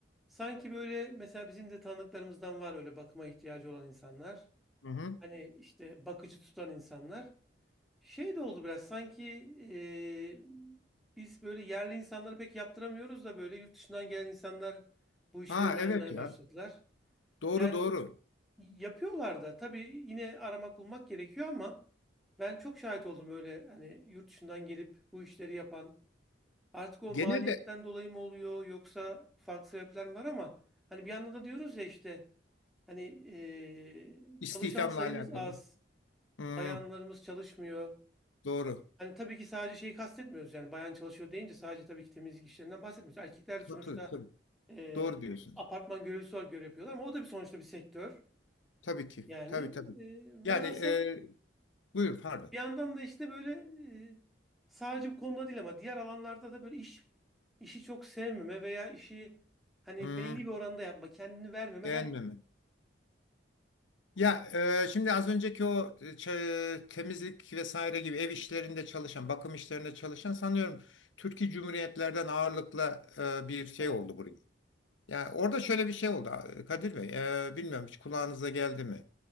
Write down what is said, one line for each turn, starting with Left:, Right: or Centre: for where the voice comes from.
Centre: sanki böyle mesela bizim de tanıdıklarımızdan var öyle bakıma ihtiyacı olan insanlar.
Left: Hı hı.
Centre: Hani işte bakıcı tutan insanlar. Şey de oldu biraz sanki eee, biz böyle yerli insanları pek yaptıramıyoruz da böyle yurt dışından gelen insanlar bu işleri
Left: Ha
Centre: ele
Left: evet
Centre: almaya
Left: ya.
Centre: başladılar.
Left: Doğru
Centre: Yani
Left: doğru.
Centre: yapıyorlar da tabii yine aramak bulmak gerekiyor ama ben çok şahit oldum öyle hani yurt dışından gelip bu işleri yapan. Artık o
Left: Genelde
Centre: maliyetten dolayı mı oluyor yoksa farklı sebepler mi var ama hani bir yandan da diyoruz ya işte hani eee,
Left: İstihdamla
Centre: çalışan sayımız
Left: alakalı.
Centre: az,
Left: Hmm,
Centre: bayanlarımız çalışmıyor.
Left: doğru.
Centre: Hani tabii ki sadece şeyi kastetmiyoruz yani bayan çalışıyor deyince sadece tabii ki temizlik işlerinden bahsetmiyoruz. Erkekler sonuçta
Left: Katılıyorum tabii.
Centre: e,
Left: Doğru diyorsunuz.
Centre: apartman görevlisi olarak görev yapıyorlar ama o da bir sonuçta bir sektör.
Left: Tabii ki.
Centre: Yani
Left: Tabii tabii.
Centre: e,
Left: Yani
Centre: velhasıl
Left: e, buyurun pardon.
Centre: bir yandan da işte böyle e, sadece bu konuda değil ama diğer alanlarda da böyle iş işi çok sevmeme veya işi hani
Left: Hmm,
Centre: belli bir oranda yapma, kendini vermeme
Left: beğenmeme.
Centre: her
Left: Ya e, şimdi az önceki o e, ç- temizlik vesaire gibi ev işlerinde çalışan, bakım işlerinde çalışan sanıyorum Türkiye Cumhuriyetlerden ağırlıkla e, bir şey
Centre: Evet.
Left: oldu buraya. Yani orada şöyle bir şey oldu Kadir Bey. E, bilmiyorum hiç kulağınıza geldi mi?